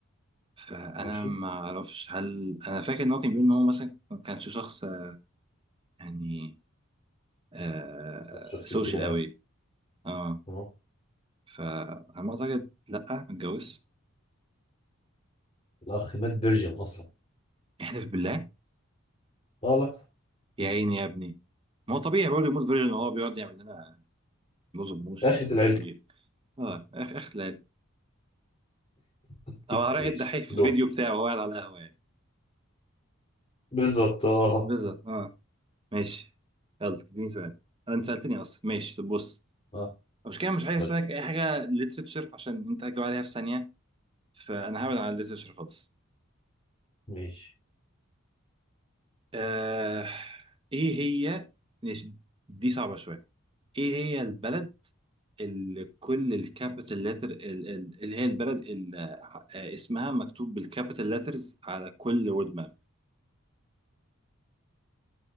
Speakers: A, on the right; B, on the left.
A: فانا
B: ماشي
A: ما اعرفش هل انا فاكر ان هو كان بيقول ان هو مثلا ما كانش شخص آه، يعني آه
B: شفت
A: سوشيال
B: اجتماعي
A: قوي اه
B: اه
A: فعلى ما اعتقد لا ما اتجوزش
B: الاخ مات فيرجن اصلا
A: احلف بالله
B: والله
A: يا عيني يا ابني ما هو طبيعي برضه يموت فيرجن وهو بيقعد يعمل لنا لوز اوف موشن
B: اخرة
A: وما اعرفش
B: العلم
A: ايه اه اخ اخلال
B: <laughs>
A: او على رأي
B: ايش
A: الدحيح في
B: دول
A: الفيديو بتاعه وهو قاعد على القهوه يعني
B: بالظبط اه
A: بالظبط اه ماشي يلا اديني سؤال انت سالتني اصلا ماشي طب بص
B: اه
A: مش كده مش عايز
B: قول
A: اسالك
B: لي
A: اي حاجه ليترتشر عشان انت هتجاوب عليها في ثانيه فانا هبعد عن الليترتشر خالص
B: ماشي
A: آه... ايه هي ماشي دي صعبه شويه ايه هي البلد اللي كل الكابيتال لتر اللي هي البلد اللي آه، اسمها مكتوب بالكابيتال لترز على كل وود ماب